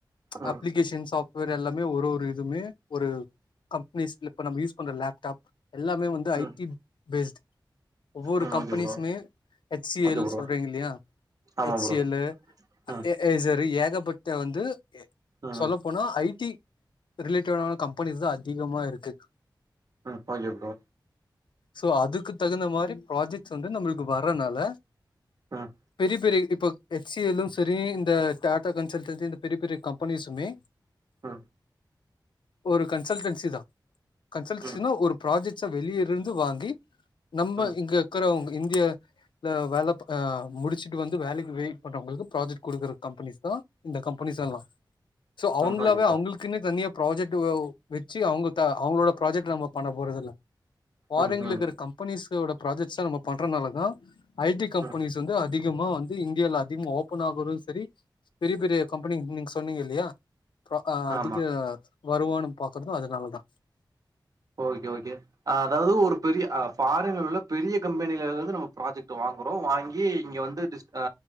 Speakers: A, on the right (about 50°); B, on the left (about 75°).
A: ம்
B: அப்ளிகேஷன் சாஃப் இவரு எல்லாமே ஒரு ஒரு இதுவுமே ஒரு கம்ப்னிஸ் இப்ப நம்ம யூஸ் பண்ற லேப்டாப் எல்லாமே வந் ஐ
A: ம்
B: டி பேஸ்ட் ஒவ்வொரு
A: ம்
B: கம்பெனிஸ்மே
A: ஓகே ப்ரோ
B: H C
A: okay
B: L
A: bro
B: சொல்றீங்கில்லையா
A: ஆமா
B: ஹச் சி
A: ப்ரோ
B: எல்லு
A: ம்
B: ஏ ஏக்ஸ்சரு ஏகபட்ட வந்து
A: ம்
B: சொல்ல போனா ஐ டி ரிலேட்டடான கம்பெனிஸ் தா அதிகமா இருக்கு
A: ஆ ஓகே ஃப்ரோ
B: சோ அதுக்கு தகுந்த மாரி ப்ராஜெக்ட்ஸ் வந்து நம்மளுக்கு வர்றனால
A: ம்
B: பெரிய பெரிய இப்ப ஹச் சி எல்லு சரி இந்த டாடா கன்சல்ட்ல இந்த பெரிய பெரிய கம்பெனிஸுமே
A: அ
B: ஒரு கன்சல்டன்சி தா கன்சல்சினா
A: ம்
B: ஒரு ப்ராஜெக்ட் வெளியிற்ற ந்து வாங்கி நம்ம
A: ம்
B: இங்க இருக்குறவங்க இந்திய இந்த வேல முடிச்சுட்டு வந்து வேலைக்கு வெயிட் பண்றவங்களுக்கு ப்ராஜெக்ட் குடுக்குற கம்பெனிஸ் தா இந்த கம்பெனிஸ் எல்லா சோ அவுங்களாவே
A: ம் ஓகே ப்ரோ
B: அவங்களுக் க்குனு தனியா ப்ராஜெக்ட் வச்சீ அவுங்க அவுங்களோட ப்ராஜெக்ட் நம்ம பண்ண போறதில்ல ஃபாரின்ல
A: ம் ம்
B: இருக்கிற கம்பெனிஸோட ப்ராஜெக்ட்ஸ் அ நம்ம பண்றனால தா ஐ டி கம்பெனிஸ்
A: ம்
B: வந்து அதி அதிகமா வந்து இந்தியால அதிகமா ஓபன் ஆகுறது சரி பெரிய பெரிய கம்பெனி நீங்க சொன்னீங்கல்லியா இல்லியா இப்ப அ அதிக
A: ஆமா
B: வருவானு பாக்குறது அதுனாலதா
A: ஓகே ஓகே அதாவுது ஒரு பெரிய ஃபாரின்ல உள்ள பெரிய கம்பெனில இருந்து நம்ம ப்ராஜெக்ட் வாங்குறோ வாங்கி இங்க வந்து ஆ